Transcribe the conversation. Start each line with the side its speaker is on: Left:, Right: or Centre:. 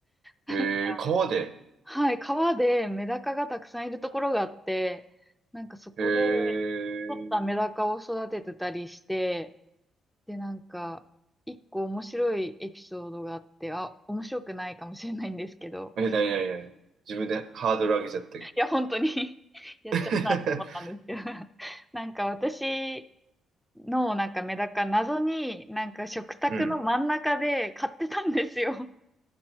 Centre: なんか、
Right: えー、川で。
Centre: はい、川でメダカがたくさんいるところがあって、なんかそこで
Right: えー、
Centre: 取ったメダカを育ててたりして、で、なんか、一個面白いエピソードがあって、あ、面白くないかもしれないんですけど、
Right: え、なになになに自分でハードル上げちゃったけど。
Centre: いや、本当に <laughs> やっちゃったと思ったんですけど、
Right: <laughs>
Centre: なんか私のなんかメダカ、謎になんか食卓の真ん中で買ってたんですよ。
Right: うん。